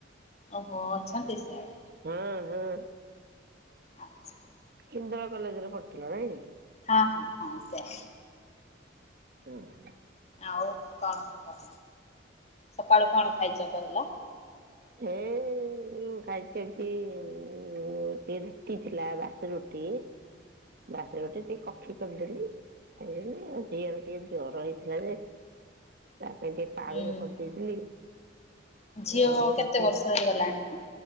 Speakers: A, on the left (about 35°); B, on the right (about 50°).
A: ଓହୋ ଅଛନ୍ତି ସିଆଡେ।
B: ହଁ ହଁ।
A: ଆଚ୍ଛା।
B: ହିନ୍ଦୋଳ କଲେଜରେ ପଢିଥିଲ ନାଇଁ।
A: ହଁ ହଁ ହଁ ସେୟା।
B: ହୁଁ।
A: ଆଉ କଣ କୁହ ସକାଳୁ କଣ ଖାଇଛ କହିଲ?
B: ହେଁ ଯୋଉଁ ଖାଇଚିନ୍ତି ଗୋଟେ ରୁଟି ଥିଲା ବାସି ରୁଟି। ବାସି ରୁଟି ଟିକେ କଫି। <unintelligible> ଆଉ ଝିଅର ଟିକେ ଜର ହେଇଥିଲା ଯେ ତା ପାଇଁ ଟିକେ ପାଳୁଅ
A: ହୁଁ
B: କରିଦେଇଥିଲି।
A: ଝିଅ
B: ଆଉ ସେତିକି
A: କେତେ ବର୍ଷର ହେଇଗଲାଣି?